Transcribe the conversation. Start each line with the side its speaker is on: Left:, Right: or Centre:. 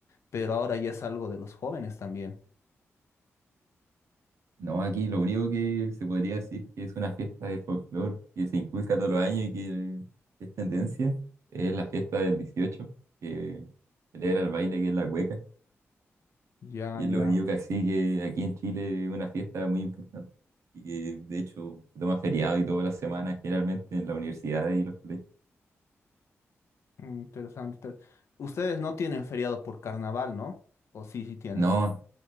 Left: pero ahora ya es algo de los jóvenes también.
Right: No, aquí lo único que se podría decir que es una fiesta de folclore que se inculca todos los años y que es tendencia, es la fiesta del 18 que celebra el baile que es la cueca.
Left: Ya,
Right: Y
Left: ya,
Right: es lo único que así que aquí en Chile es una fiesta muy importante. Y que de hecho se toma feriado y todas las semanas generalmente en las universidades y los colegios.
Left: Mm, interesante. inter- Ustedes no tienen feriado por carnaval, ¿no? O sí, sí tienen.
Right: No,